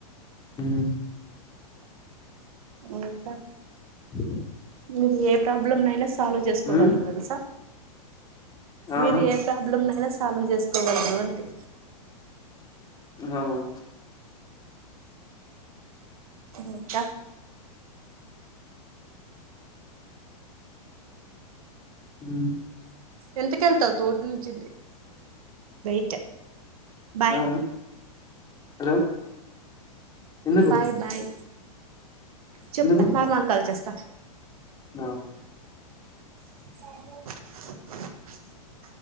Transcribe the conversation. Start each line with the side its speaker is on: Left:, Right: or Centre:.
Left: మ్
Right: ఇంకా
Left: ఊహూ
Right: మీరు ఏ ప్రాబ్లమ్ అయినా సాల్వ్ చేసుకోగలుగుతరు
Left: ఉమ్,
Right: తెలుసా
Left: ఆ
Right: మీరు ఏ ప్రాబ్లమ్ అయినా సాల్వ్ చేసుకోగలరు అంటీ
Left: ఆవ్
Right: ఇంక
Left: ఊ
Right: ఎంత కెళ్తావు తోట నుంచి బయ్ బయ్
Left: ఆ హలో ఎందుకు
Right: బాయ్ బాయ్ చెప్తా
Left: ఎందుకు
Right: నార్మల్ కాల్ చేస్త
Left: ఆ
Right: హు హు హూ